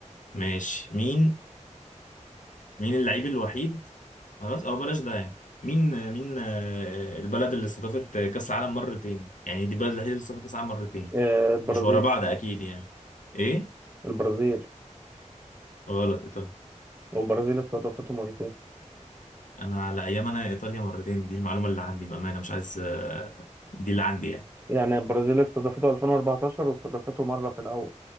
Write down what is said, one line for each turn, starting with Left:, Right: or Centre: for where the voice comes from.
Left: ماشي مين مين اللعيب الوحيد خلاص أو بلاش ده يعني مين مين آه، البلد اللي استضافت كأس العالم مرتين يعني دي البلد الوحيدة اللي استضافت كأس العالم مرتين
Right: آه، البرازيل
Left: مش ورا بعض أكيد يعني إيه
Right: البرازيل
Left: غلط إيطاليا
Right: والبرازيل استضافته مرتين
Left: أنا على أيام أنا إيطاليا مرتين دي المعلومة اللي عندي بأمانة مش عايز آه، دي اللي عندي يعني
Right: يعني البرازيل استضافته 2014 واستضافته مرة في الأول